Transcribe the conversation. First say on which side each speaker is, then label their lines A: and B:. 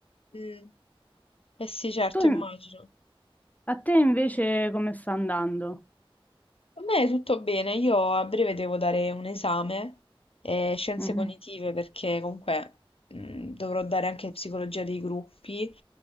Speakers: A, on the left; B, on the left.
A: Mm. Eh sì, certo,
B: Tu-
A: immagino.
B: a te invece come sta andando?
A: A me è tutto bene, io a breve devo dare un esame, eh, scienze
B: Mhm.
A: cognitive, perché comunque mh, dovrò dare anche psicologia dei gruppi,